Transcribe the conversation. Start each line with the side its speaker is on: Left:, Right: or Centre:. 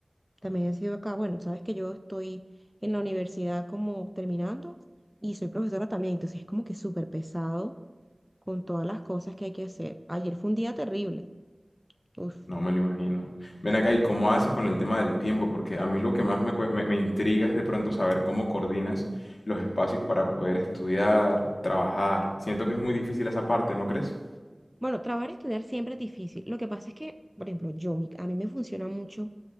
Centre: También he sido acá. Bueno, sabes que yo estoy en la universidad como terminando y soy profesora también, entonces es como que súper pesado con todas las cosas que hay que hacer. Ayer fue un día terrible. Uf.
Left: No me lo imagino. Ven acá, ¿y cómo haces con el tema del tiempo? Porque a mí lo que más me, cue- me me intriga es de pronto saber cómo coordinas los espacios para poder estudiar, trabajar. Siento que es muy difícil esa parte, ¿no crees?
Centre: Bueno, trabajar y estudiar siempre es difícil. Lo que pasa es que, por ejemplo, yo, mi- a mí me funciona mucho